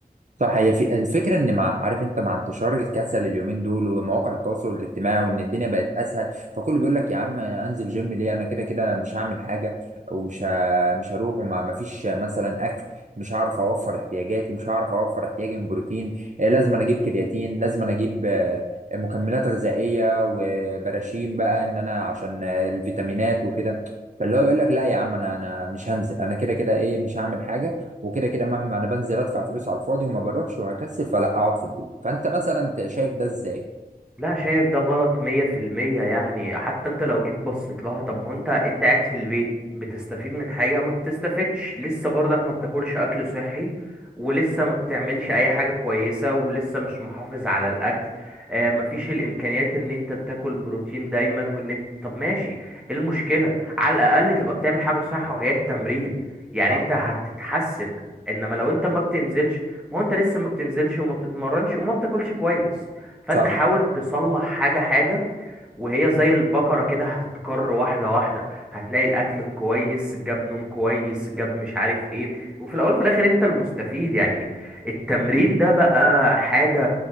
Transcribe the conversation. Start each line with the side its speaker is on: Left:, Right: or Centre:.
Right: صح هي في الفكره ان مع عارف انت مع انتشار الكسل اليومين دول ومواقع التواصل الاجتماعي وان الدنيا بقت اسهل فكله بيقول لك يا عم انزل جيم ليه انا كده كده مش هعمل حاجه ومش ه... مش هروح وما ما فيش مثلا اكل مش هعرف اوفر احتياجاتي مش هعرف اوفر احتياجي من بروتين آه، لازم أنا اجيب كرياتين لازم أنا اجيب آه، مكملات غذائيه وبراشين بقى ان انا عشان آه، الفيتامينات وكده فاللي هو يقول لك لا يا عم انا انا مش هنزل انا كده كده ايه مش هعمل حاجه وكده كده مهما انا بنزل ادفع فلوس على الفاضي وما بروحش وهكسل فلا اقعد في البيت فانت مثلا شايف ده ازاي
Centre: لا شايف ده غلط مية في المية يعني حتى انت لو جيت بصيت لها طب ما هو انت انت قاعد في البيت بتستفيد من حاجة ما بتستفدش لسه برضك ما بتاكلش أكل صحي ولسه ما بتعملش أي حاجة كويسة ولسه مش محافظ على الأكل آه مفيش الإمكانيات إن انت تاكل بروتين دايما وإن انت طب ماشي ايه المشكلة على الأقل تبقى بتعمل حاجة صح وهي التمرين يعني
Right: صح
Centre: انت هتتحسن انما لو انت ما بتنزلش ما هو انت لسه ما بتنزلش وما بتتمرنش وما بتاكلش كويس فانت
Right: صح
Centre: حاول تصلح حاجة حاجة وهي زي البقرة كده هتتكر واحدة واحدة هتلاقي الأكل كويس جاب نوم كويس جاب مش عارف ايه وفي الأول وفي الآخر انت المستفيد يعني التمرين ده بقى حاجة